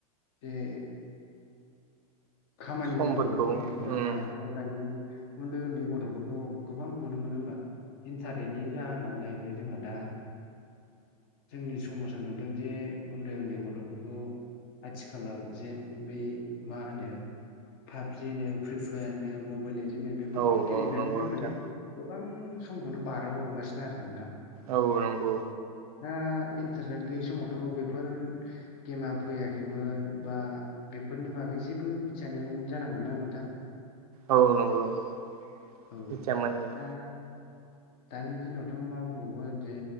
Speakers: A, on the left; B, on the right.
A: बे खामानिफोरखौ
B: समफोरखौ
A: मावफुंना
B: औ
A: लायैखौ दानि उन्दै उन्दै गथ'फोरखौ गोबां नुनो मोनो होमबा। इन्टारनेटनि जाहोनाव जाहैबाय जोंहा दा। जोंनि समाजा नुदों जे उन्दै उन्दै गथ'फोरखौ आथिखालाव जेन बै मा होनो पाबजिनो फ्रि फायारनो मबाइल‌ लेजेननो बिदिनो बेफोरखौ
B: औ
A: गेलेनानैनो
B: नंगौ नोंथां
A: माने गोबां समखौनो बारहो हरगासिनो आरो नोंथां।
B: औ नंगौ।
A: दा इन्टारनेट गैयि समावथ' बेफोर गेमा फैयाखैमोन बा बेफोरनि बागै जेबो मिथियानो जानांगौ ना नोंथां।
B: औ नंगौ नंगौ मिनथियामोन
A: औ
B: उम
A: दा दानि दिनावथ' मा बुंबावगोन जे